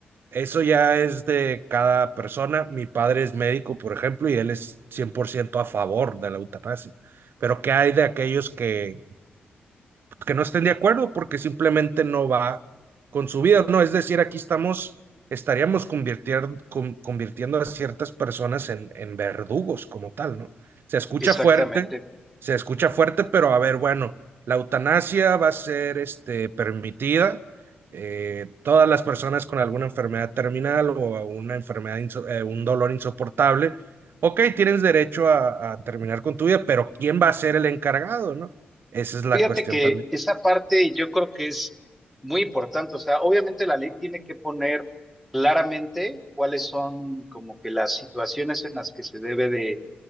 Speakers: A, on the right; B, in the centre.
A: eso ya es de cada persona. Mi padre es médico, por ejemplo, y él es 100% a favor de la eutanasia. Pero ¿qué hay de aquellos que que no estén de acuerdo porque simplemente no va con su vida, ¿no? Es decir, aquí estamos, estaríamos convirtier- con- convirtiendo a ciertas personas en, en verdugos como tal, ¿no? Se escucha
B: Exactamente.
A: fuerte, se escucha fuerte, pero a ver, bueno, la eutanasia va a ser este, permitida. eh, todas las personas con alguna enfermedad terminal o una enfermedad, inso- eh, un dolor insoportable, ok, tienes derecho a, a terminar con tu vida, pero ¿quién va a ser el encargado, no? Esa es la
B: Fíjate
A: cuestión
B: que
A: también.
B: esa parte yo creo que es muy importante. O sea, obviamente la ley tiene que poner claramente cuáles son como que las situaciones en las que se debe de